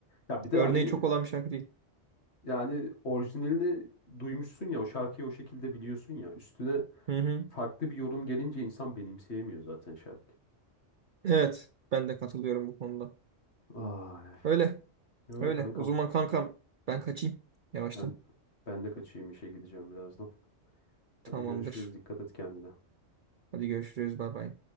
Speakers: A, on the left; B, on the right.
A: Ya bir de
B: Örneği
A: hani
B: çok olan bir şarkı değil.
A: yani orijinalini duymuşsun ya o şarkıyı o şekilde biliyorsun ya. Üstüne
B: Hı hı.
A: farklı bir yorum gelince insan benimseyemiyor zaten şarkı.
B: Evet, ben de katılıyorum bu konuda.
A: Ay,
B: Öyle,
A: öyle
B: öyle.
A: kankam.
B: O zaman kankam ben kaçayım yavaştan.
A: Ben ben de kaçayım işe gideceğim birazdan.
B: Tamamdır.
A: Hadi görüşürüz. Dikkat et kendine.
B: Hadi görüşürüz. Bay bay.